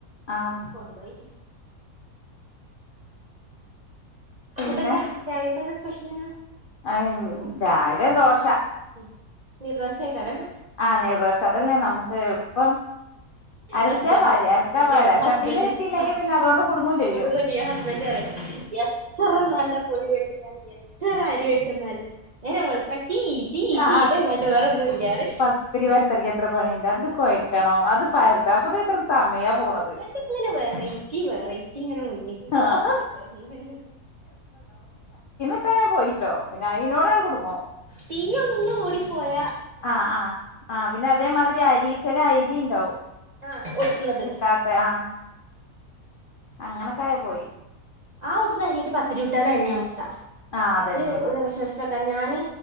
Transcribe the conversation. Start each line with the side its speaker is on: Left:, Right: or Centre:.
Left: ആഹ്
Right: കൊണ്ടോയി
Left: പിന്നെ
Right: ഇടെണ്ടാ രാവിലക്കെന്താ സ് പെഷന്ലെന്നാ
Left: <unintelligible> രാവിലെ ദോശ
Right: ഉം നീർദോശായികാരം
Left: ആഹ നീർദോശ അതല്ലേ നമ്മുക്ക് എളുപ്പം. അരക്കാ
Right: ഹസ്ബൻഡ്
Left: പരാ
Right: ഹസ്ബൻഡ്
Left: അരക്കാ പരാ
Right: പറയും ഹസ്ബൻഡ്
Left: ചട്ടീന്ന് കിട്ടിയില്ലെങ്കി
Right: ആ
Left: പിന്നെ അതോണ്ട് കുടുങ്ങും ചെയ്യും.
Right: കൊടുങ്ങും ഹസ്ബൻഡ് പറയും എത്ര നല്ല പൊടി മേടിച്ചെന്നാലും, എത്ര അരി വേടിച്ചെന്നാലും നേരം വെള്ക്ക, ചീ ചീ
Left: ആ
Right: ചീ ഇതല്ലാണ്ട് വേറൊന്നും ഇല്ലാ പറയും
Left: പത്തിരി വരത്തരക്ക് എത്ര പണിയുണ്ട്, അത് കൊയ്ക്കണോ,
Right: ആഹ്
Left: അത് പരതാൻ പുതി ഇത്ര സമയം പോണ
Right: ഓൾക്കൊക്കാങ്ങനെ ഇങ്ങനെ വെറൈറ്റി വെറൈറ്റി ഇങ്ങനെ മുന്നേക്ക് കൊണ്ട
Left: ആഹ്
Right: കൊടുക്കണം എന്നെ
Left: പ്പന്നെ പോയിട്ടോ, പിന്നെ അയിനൊടന്നേ കുടുങ്ങും.
Right: തീ ഒന്ന് കൂടിപ്പോയ
Left: ആഹ് ആഹ് ആഹ് പിന്നെ അതേമാതിരി അരി ചില അരി ണ്ടാവും
Right: ആഹ് ഒട്ടുന്നത്
Left: കിട്ടാത്ത, ആഹ് അങ്ങനൊക്കെ ആയ പോയി.
Right: ആ ഒട്ടന്ന് അരിയായിട്ട് പത്തിരി ചുട്ടാലും അതന്നെ അവസ്ഥ.
Left: ആഹ് അതന്നെയാണ്
Right: ഒരു <unintelligible> ഞാന്